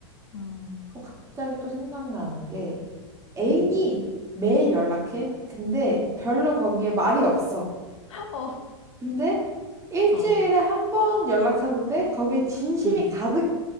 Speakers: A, on the left; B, on the right.
A: 음.
B: 그럼 갑자기 또 생각나는 게 애인이
A: 음.
B: 매일 연락해. 근데 별로 거기에 말이 없어.
A: <laughs>
B: 근데 일주일에
A: 어. 어.
B: 한 번 연락하는데 거기에 진심이
A: 음.
B: 가득,